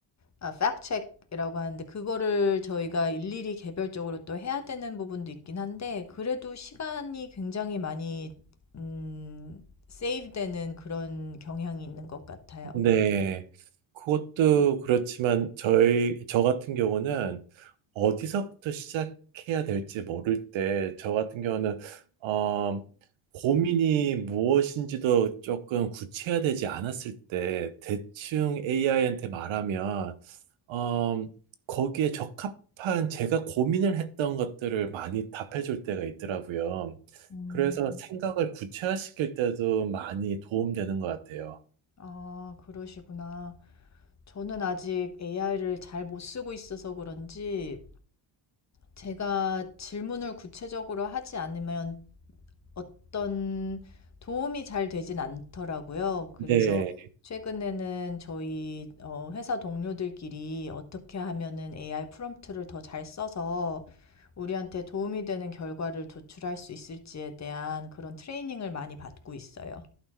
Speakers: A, on the left; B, on the right.
A: 아, e c k 이라고 하는데 그거를 저희가 일일이 개별적으로 또 해야 되는 부분도 있긴 한데 그래도 시간이 굉장히 많이 음, 세이브되는 그런 경향이 있는 것 같아요.
B: 네, 그것도 그렇지만 저희 저 같은 경우는 어디서부터 시작해야 될지 모를 때 저 같은 경우는 어, 고민이 무엇인지도 조금 구체화되지 않았을 때 대충 AI한테 말하면 어, 거기에 적합한 제가 고민을 했던 것들을 많이 답해줄 때가 있더라고요.
A: 음,
B: 그래서 생각을 구체화시킬 때도 많이 도움되는 것 같아요.
A: 아, 그러시구나. 저는 아직 AI를 잘 못 쓰고 있어서 그런지 제가 질문을 구체적으로 하지 않으면 어떤 도움이 잘 되진 않더라고요. 그래서
B: 네.
A: 최근에는 저희 어, 회사 동료들끼리 어떻게 하면은 AI 프롬프트를 더 잘 써서 우리한테 도움이 되는 결과를 도출할 수 있을지에 대한 그런 트레이닝을 많이 받고 있어요.